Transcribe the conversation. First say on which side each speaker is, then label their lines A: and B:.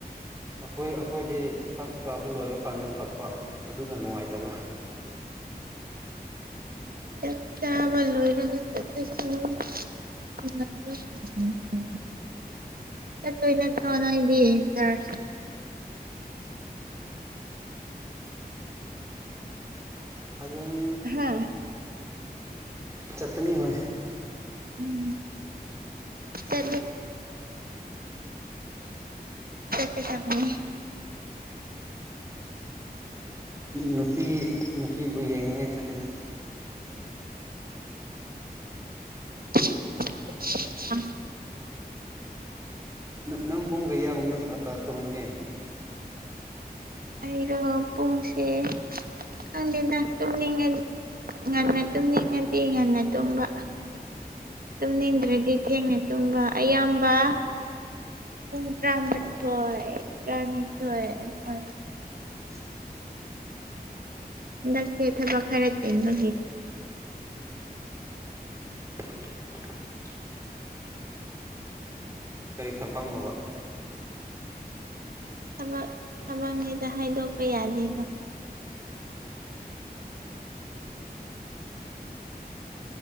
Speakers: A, on the right; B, on the right.
A: ꯑꯩꯈꯣꯏ ꯑꯩꯈꯣꯏꯗꯤ ꯆꯥꯛ ꯆꯥꯕ ꯂꯣꯏꯕ ꯀꯥꯟꯗ ꯆꯠꯄ ꯑꯗꯨꯅ ꯅꯨꯡꯉꯥꯏꯇꯕ
B: ꯆ ꯀꯕ ꯂꯣꯏꯔꯕꯒꯦ ꯆꯁꯨꯣ ꯎꯝ ꯆꯠꯇꯣꯏ ꯅꯠꯇ꯭ꯔꯣ ꯅꯣꯏꯗꯤ ꯆꯔ
A: ꯍꯌꯦꯡ
B: ꯍꯥ
A: ꯆꯥꯠꯅꯤ ꯍ
B: ꯎꯝ ꯆꯠꯁ ꯗꯤ ꯀꯃ
A: ꯅꯨꯄꯤ ꯅꯨꯄꯤꯕꯨ ꯌꯦꯡꯅꯤꯡꯉꯥꯏ ꯆꯠꯀꯅꯤ
B: ꯑ
A: ꯅꯪ ꯄꯨꯡ ꯀꯌꯥꯒꯨꯝꯅ ꯇꯨꯝꯒꯅꯤ
B: ꯑꯩꯔꯣ ꯄꯨꯡꯁꯦ ꯈꯪꯗꯦꯅ ꯇꯨꯝꯅꯤꯡꯉ ꯉꯟꯅ ꯇꯨꯝꯅꯤꯡꯉꯗꯤ ꯉꯟꯅ ꯇꯨꯝꯕ ꯇꯨꯝꯅꯤꯡꯗ꯭ꯔꯗꯤ ꯊꯦꯡꯅ ꯇꯨꯝꯕ ꯑꯌꯥꯝꯕ ꯏꯗ꯭ꯔꯥ ꯃꯊ ꯍꯣꯏ ꯏ꯭ꯔꯥꯅꯤ ꯍꯣꯏ ꯑ ꯃ
A: <inaudible>
B: ꯂꯦ ꯊꯕ ꯈꯔ ꯀꯒ
A: <inaudible> ꯀꯔꯤ ꯊꯄꯛꯅꯣꯕ
B: ꯊ ꯊꯃꯛꯉꯩꯗ ꯍꯥꯏꯗꯣꯛꯄ ꯌꯥꯗꯦꯗ